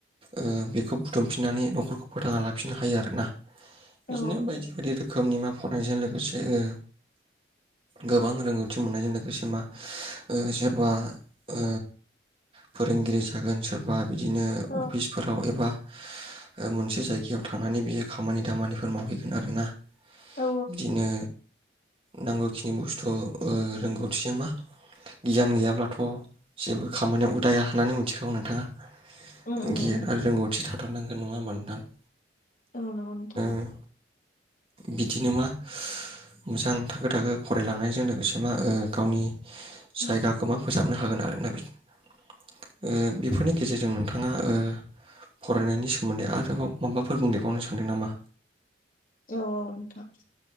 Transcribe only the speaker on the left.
औ
औ
औ
उम उम
मिथियो
औ नंगौ नोंथां
उम
औ नोंथां